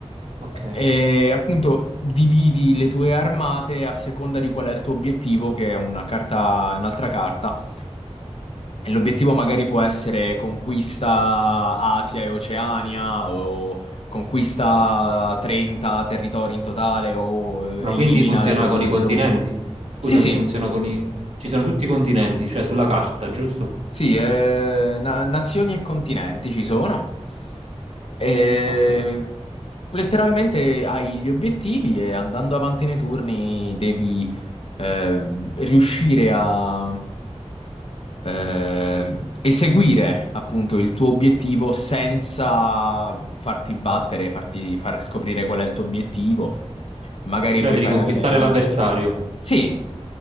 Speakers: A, on the right (about 65°); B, on the left (about 55°).
A: Ok.
B: E appunto dividi le tue armate a seconda di qual è il tuo obiettivo, che è una carta, un'altra carta. L'obiettivo magari può essere conquista Asia e Oceania o conquista 30 territori in totale o
A: Ma
B: eh, elimina
A: quindi funziona
B: il giocatore
A: con i continenti?
B: blu.
A: Scusami,
B: Sì, sì,
A: funziona con i... Ci sono tutti i continenti, cioè sulla carta, giusto?
B: sì, eh, na- nazioni e continenti ci sono. E
A: Ok.
B: letteralmente hai gli obiettivi e andando avanti nei turni devi eh, riuscire a eh, eseguire appunto il tuo obiettivo senza farti battere, farti far scoprire qual è il tuo obiettivo, magari
A: Cioè
B: puoi
A: devi
B: fare
A: conquistare
B: alleanza.
A: l'avversario.
B: Sì,